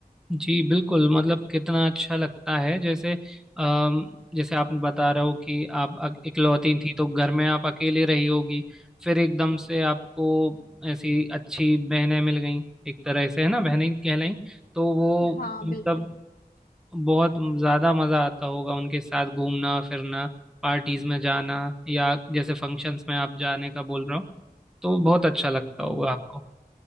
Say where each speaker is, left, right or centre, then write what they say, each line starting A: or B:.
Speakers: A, in the centre; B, on the left.
A: जी बिल्कुल मतलब कितना अच्छा लगता है जैसे अम, जैसे आप बता रहे हो कि आप अक- इकलौती थी तो घर में आप अकेले रही होगी फिर एकदम से आपको ऐसी अच्छी बहनें मिल गई एक तरह से है ना बहनें कहलाई तो वो
B: हाँ बिल्कुल
A: मतलब बहुत ज्यादा मजा आता होगा उनके साथ घूमना फिरना पार्टीज में जाना या जैसे फंक्शंस में आप जाने का बोल रहा हूँ तो बहुत अच्छा लगता
B: हम्म
A: होगा आपको